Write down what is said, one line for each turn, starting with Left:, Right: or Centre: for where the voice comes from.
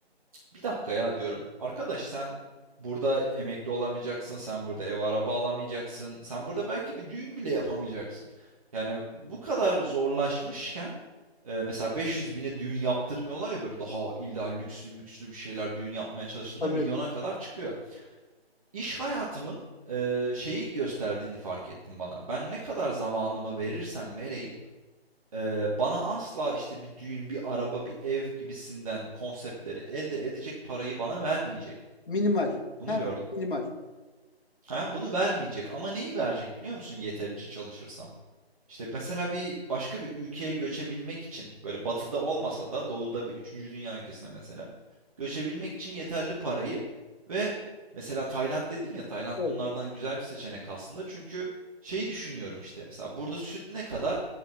Right: Bir dakika ya diyorum. Arkadaş sen burada emekli olamayacaksın. Sen burada ev araba alamayacaksın. Sen burada belki bir düğün bile yapamayacaksın. Yani bu kadar zorlaşmışken e, mesela 500 bine düğün yaptırmıyorlar ya böyle daha illa lükslü mükslü bir şeyler düğün yapmaya çalıştığında
Left: Tabii
Right: milyona kadar çıkıyor. İş hayatımın e, şeyi gösterdiğini fark ettim bana. Ben ne kadar zamanımı verirsem vereyim Eee, bana asla işte bir düğün, bir araba, bir ev gibisinden konseptleri elde edecek parayı bana vermeyecek.
Left: minimal.
Right: Bunu
Left: Her
Right: gördüm.
Left: şey minimal.
Right: Ha, bunu vermeyecek ama neyi verecek biliyor musun yeterince çalışırsam? İşte mesela bir başka bir ülkeye göçebilmek için böyle batıda olmasa da doğuda bir üçüncü dünya ülkesine mesela göçebilmek için yeterli parayı ve mesela Tayland dedin ya Tayland
Left: Evet.
Right: bunlardan güzel bir seçenek aslında. Çünkü şeyi düşünüyorum işte mesela burada süt ne kadar?